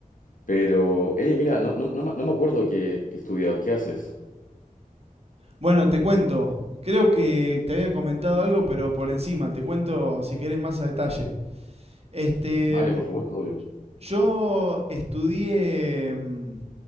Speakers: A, on the left (about 65°); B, on the right (about 45°).
A: Pero, hey, mira, no, no, no, me no me acuerdo qué, qué estudiabas, ¿qué haces?
B: Bueno, te cuento. Creo que te había comentado algo, pero por encima, te cuento si querés más a detalle. Este,
A: Vale,
B: mm,
A: por supuesto, obvio.
B: yo estudié, mm,